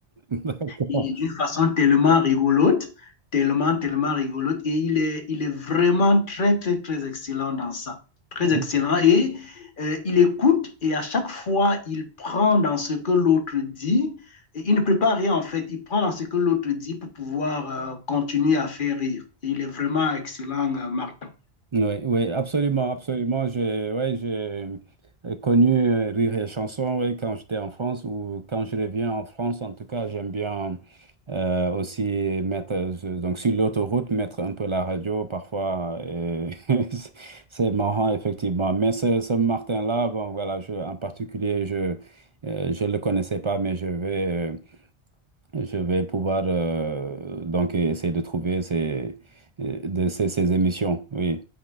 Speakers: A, on the right; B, on the left.
A: d'accord.
B: Et d'une façon tellement rigolote, tellement, tellement rigolote. Et il est, il est vraiment très, très, très excellent dans ça. Très
A: Oui,
B: excellent. Et euh, il écoute et à chaque fois, il prend dans ce que l'autre dit. Et il ne prépare rien en fait. Il prend dans ce que l'autre dit pour pouvoir euh, continuer à faire rire. Et il est vraiment excellent, euh, Martin.
A: oui, <laughs> absolument, absolument. J'ai, ouais, j'ai euh, connu euh, Rire et Chanson ouais, quand j'étais en France ou quand je reviens en France. En tout cas, j'aime bien euh, aussi mettre, euh, donc sur l'autoroute, mettre un peu la radio parfois. et <laughs> c'est c'est marrant, effectivement. Mais ce, ce Martin-là, bon, voilà, je, en particulier, je ne je le connaissais pas, mais je vais. euh, Je vais pouvoir euh, donc essayer de trouver ces, euh, de ces, ces émissions, oui.